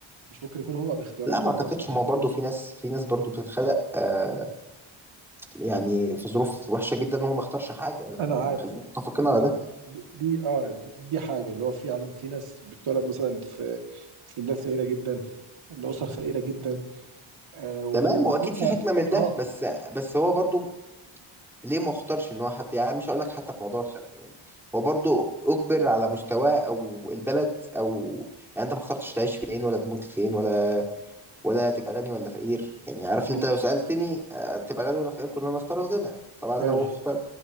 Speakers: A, on the right; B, in the centre.
A: مش ممكن يكون هو باختياراته
B: لا ما اعتقدش
A: اللي وصل حياته
B: ما هو برضه
A: كده
B: في ناس في ناس برضه بتتخلق آه يعني في ظروف وحشه جدا هو ما اختارش حاجه لا،
A: انا عارف
B: يعني خلينا متفقين
A: انا
B: على
A: عارف
B: ده
A: دي, دي اه دي, دي حاجه اللي هو فعلا في ناس بتتولد مثلا في في بلاد فقيره جدا لاسر فقيره جدا آه وحتى
B: تمام هو اكيد في حكمه من ده
A: اه
B: بس بس هو برضه ليه ما اختارش ان هو حتى يعني مش هقول لك حتى في موضوع الخلق يعني هو برضو اجبر على مستواه او البلد او يعني انت ما اخترتش تعيش فين ولا تموت فين ولا ولا تبقى غني ولا فقير يعني عارف
A: مم.
B: انت لو سألتني آه، تبقى غني ولا فقير كلنا نختار الغنى طبعا لو
A: ايوه
B: اختار